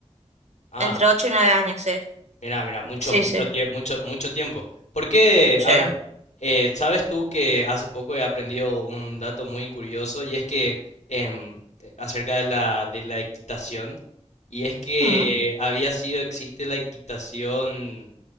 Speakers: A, on the left; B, on the right.
A: Ah,
B: Entre 8 y 9 años, sí.
A: Mira, mira, mucho,
B: Sí,
A: mucho
B: sí,
A: tiempo, mucho, mucho tiempo. Porque,
B: sí.
A: a ver, eh, sabes tú que hace poco he aprendido un dato muy curioso y es que em, eh, acerca de la, de la equitación, y es que
B: Mm.
A: había sido, existe la equitación